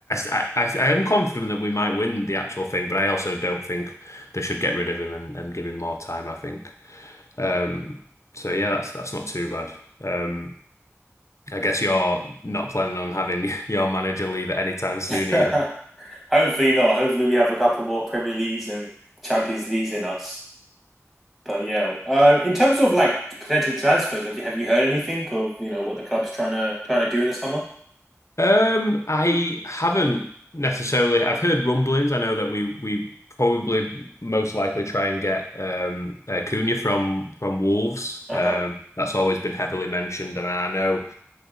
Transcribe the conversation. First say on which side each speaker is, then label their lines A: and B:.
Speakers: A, on the left; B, in the centre.
A: I, I, I am confident that we might win the actual thing, but I also don't think they should get rid of him and, and give him more time, I think. Um, so yeah, that's that's not too bad. Um, I guess you're not planning on having <laughs> your manager leave at any time soon
B: <laughs> Hopefully
A: either.
B: not. Hopefully we have a couple more Premier Leagues and Champions Leagues in us. But yeah, um, in terms of like potential transfers, have you have you heard anything of you know what the club's trying to trying to do in the summer?
A: Um, I haven't necessarily. I've heard rumblings. I know that we we probably most likely try and get um uh, Cunha from from Wolves.
B: Uh
A: Um,
B: huh.
A: that's always been heavily mentioned, and I know